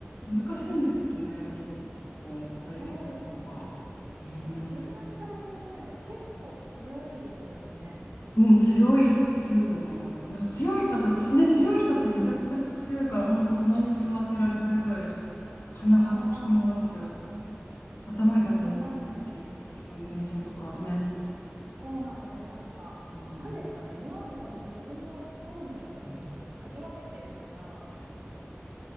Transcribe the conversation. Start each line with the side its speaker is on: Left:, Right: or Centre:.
Left: 難しいんですかね、
Right: でもなんか
Left: 標高再現のが。
Right: そうですよね。
Left: うーん、
Right: なんか柔軟剤の匂いが結構強いですよね。
Left: うん、強い、強いと思います。なんか強い、あとち、ね、強い人ってめちゃくちゃ強いから、本当隣に座ってられないぐらい、
Right: うん、
Left: 鼻がひん曲がっちゃう。
Right: ああ。
Left: 頭痛くなってきたし、
Right: ありますね。
Left: うん、電車とかね。
Right: そうなんですよ。なんか、
Left: うん、
Right: なんですかね、匂いの多分自分の好みを多分こう嗅ぎ分けてるのか、
Left: <laughs> うん